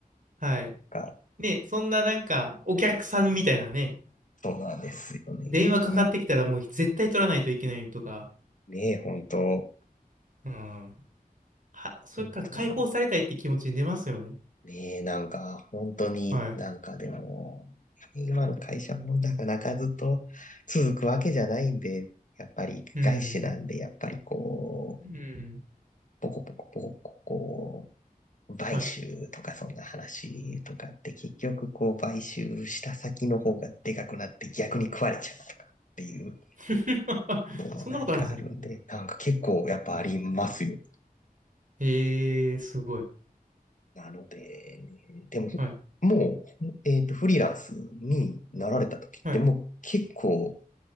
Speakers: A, on the right; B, on the left.
A: はい。
B: か
A: ね、そんななんか、お客さんみたいなね、
B: そうなんですよね。
A: 電話かかってきたらもう絶対取らないといけないとか、
B: ねえ、本当
A: うん。は、それから解放されたいって気持ちに出ますよね。
B: 本当ねえ、なんか、本当になんかでも、
A: はい。
B: 今の会社もなかなかずっと続くわけじゃないんで、やっぱり外資なんで、
A: うん、
B: やっぱりこう、
A: うん、うん。
B: ポコポコポコポコこう、買収とかそんな話とかって結局こう買収した先の方がでかくなって逆に食われちゃうとかっていう
A: はい。<laughs>
B: のもなんかあるんで、
A: そんなことあるんですね。
B: なんか結構やっぱありますよ。
A: ええーすごい。
B: なので、ね、でも、
A: はい。
B: もう、えっと、フリーランスになられた時ってもう結構
A: はい。